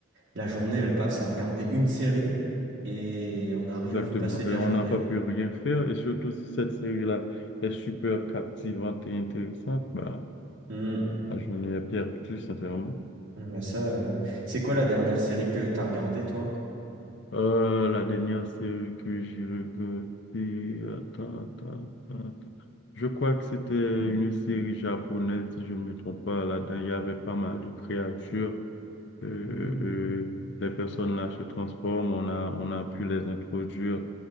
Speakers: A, on the right (about 60°); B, on the left (about 55°).
A: la journée, elle passe à regarder une série et on n'a
B: Exactement.
A: rien vu passer de
B: Et
A: la
B: on
A: journée.
B: n'a pas pu rien faire. Et surtout, si cette série-là est super captivante et intéressante, bah,
A: Hmm.
B: la journée est perdue, sincèrement.
A: Bah, ça, euh, c'est quoi la dernière série que t'as regardée, toi?
B: Euh, la dernière série que j'ai regardée, attends, attends, attends, attends. Je crois que c'était une série japonaise, si je ne me trompe pas. Là-dedans, il y avait pas mal de créatures. euh,
A: Hmm.
B: euh, les personnes là se transforment, on a, on a pu les introduire,